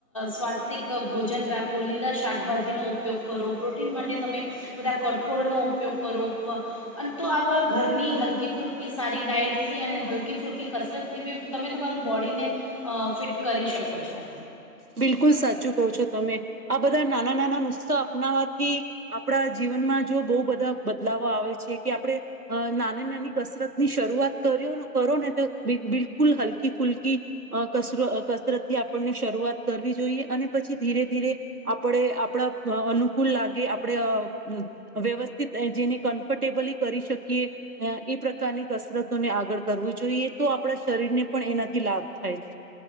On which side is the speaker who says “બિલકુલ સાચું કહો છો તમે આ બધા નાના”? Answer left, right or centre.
Right